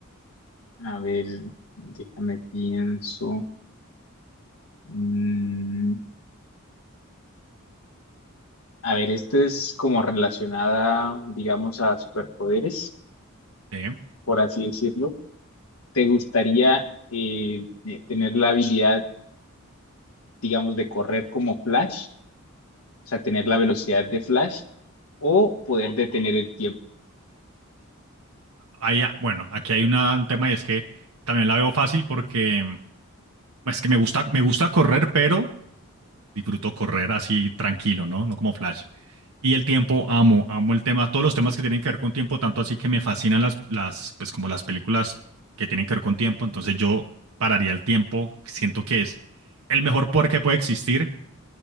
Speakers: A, on the left; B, on the right.
A: A ver, déjame pienso. Mm, a ver, esto es como relacionada, digamos, a superpoderes,
B: ¿eh?
A: por así decirlo. ¿te gustaría eh, eh, tener la habilidad, digamos, de correr como Flash? O sea, tener la velocidad de Flash o poder detener el tiempo.
B: Ahí, ah, bueno, aquí hay una- un tema y es que también la veo fácil porque mm, es que me gusta, me gusta correr, pero disfruto correr así tranquilo, ¿no? No como Flash. Y el tiempo, amo, amo el tema, todos los temas que tienen que ver con tiempo, tanto así que me fascinan las, las, pues como las películas que tienen que ver con tiempo. Entonces yo pararía el tiempo, siento que es el mejor poder que puede existir